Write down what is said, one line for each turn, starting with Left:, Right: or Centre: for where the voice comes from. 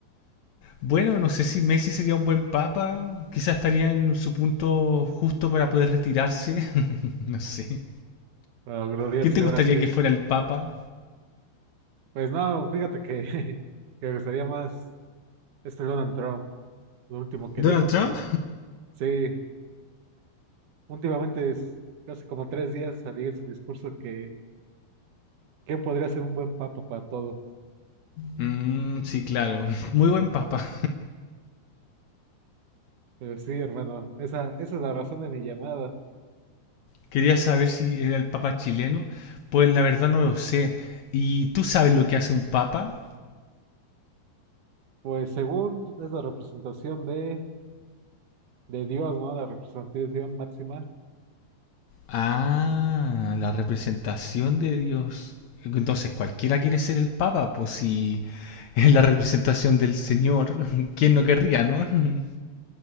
Left: Bueno, no sé si Messi sería un buen papa, quizás estaría en su punto justo para poder retirarse, <laughs> no sé.
Right: para gloriarse
Left: ¿Qué te gustaría
Right: ahora sí.
Left: que fuera el papa?
Right: Pues no, fíjate que <laughs> que me gustaría más Este Donald Trump, lo último que
Left: ¿Donald
Right: dijo
Left: Trump?
Right: que sí, últimamente es hace como tres días salió en su discurso que quién podría ser un buen papa para todo.
Left: Mm, sí, claro, <laughs> muy buen papa.
Right: Pero sí, hermano, esa, esa es la razón de mi llamada.
Left: Quería saber si era el papa chileno, pues la verdad no lo sé. ¿Y tú sabes lo que hace un papa?
Right: Pues según es la representación de, de Dios, ¿no? La representación máxima
Left: Ah, la representación de Dios. Entonces, cualquiera quiere ser el papa, pues si es la representación del Señor, <laughs> ¿quién no querría, no? <laughs>